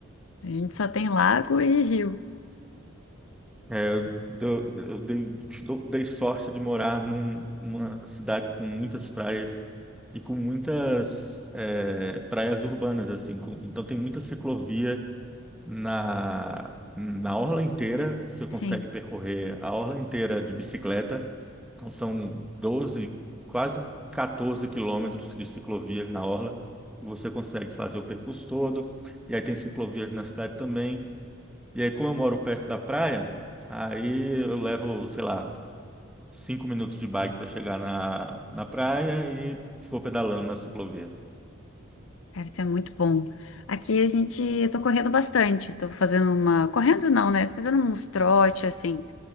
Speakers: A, on the left (about 70°); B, in the centre.
A: A gente só tem lago e rio.
B: É, eu, dou- eu dei, dou- dei sorte de morar num- numa cidade com muitas praias e com muitas é, praias urbanas, assim. com- então tem muita ciclovia na, na orla inteira, você consegue
A: Sim,
B: percorrer a orla inteira de bicicleta. Então são doze quase 14 quilômetros de ciclovias na orla. E você consegue fazer o percurso todo. E aí tem ciclovias na cidade também. E aí, como eu moro perto da praia, aí eu levo, sei lá, cinco minutos de bike para chegar na, na praia e vou pedalando na ciclovia.
A: cara, isso é muito bom. Aqui a gente. Eu tô correndo bastante. Tô fazendo uma. Correndo não, né? Fazendo uns trote, assim.